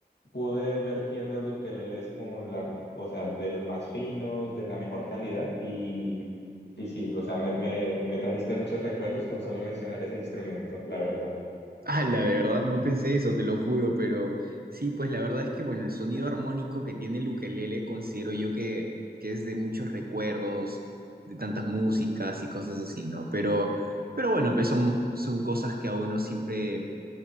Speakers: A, on the left; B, on the right.
A: pude ver tiendas de ukeleles con la, o sea, de los más finos, de la mejor calidad y, y sí, o sea, me, me, me trajiste muchos recuerdos con solo mencionar ese instrumento, la verdad.
B: la de verdad, no pensé eso, te lo juro, pero sí, pues la verdad es que, bueno, el sonido armónico que tiene el ukelele considero yo que, que es de muchos recuerdos, de tantas músicas y cosas así, ¿no? Pero, pero bueno, pues son, son cosas que a uno siempre